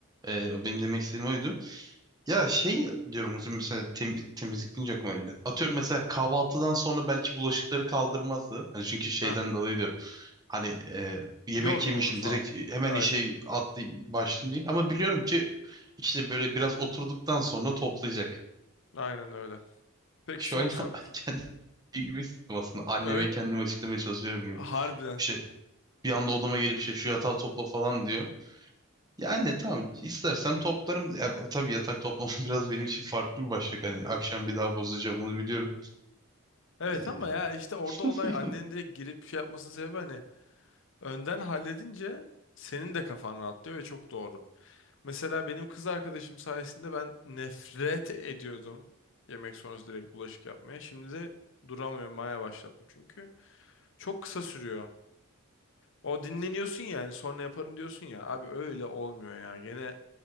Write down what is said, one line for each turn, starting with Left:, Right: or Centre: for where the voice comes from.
Right: Ee, benim demek istediğim oydu. Ya şey diyorum mesela, mesela tem- temizlik deyince aklıma geldi. Atıyorum mesela kahvaltıdan sonra belki bulaşıkları kaldırmazdı. Hani çünkü şeyden
Left: Ha,
Right: dolayı diyorum. Hani e, yemek
Left: yorgun
Right: yemişim
Left: olur falan.
Right: direkt hemen
Left: Aynen.
Right: işe atlayayım başlayayım değil. Ama biliyorum ki işte böyle biraz oturduktan sonra toplayacak.
Left: Aynen öyle. Peki
Right: Şu
Left: son
Right: an
Left: sorum.
Right: <laughs> kendi gibi hissettim aslında. Anneme
Left: Öyle
Right: kendimi açıklamaya çalışıyorum gibi.
Left: harbiden.
Right: İşte bir anda odama gelip işte şu yatağı topla falan diyor. Yani tamam istersem toplarım. Ya, tabii yatak toplamam <laughs> biraz benim için farklı bir başlık. Hani akşam bir daha bozacağım onu biliyorum.
Left: Evet
Right: Ee,
Left: ama ya işte
Right: <laughs>
Left: orada olay annenin direkt girip şey yapmasının sebebi hani Önden halledince senin de kafan rahatlıyor ve çok doğru. Mesela benim kız arkadaşım sayesinde ben nefret ediyordum yemek sonrası direkt bulaşık yapmaya. Şimdi de duramıyorum, maya başladım çünkü çok kısa sürüyor. O dinleniyorsun yani sonra yaparım diyorsun ya. Abi öyle olmuyor ya. Gene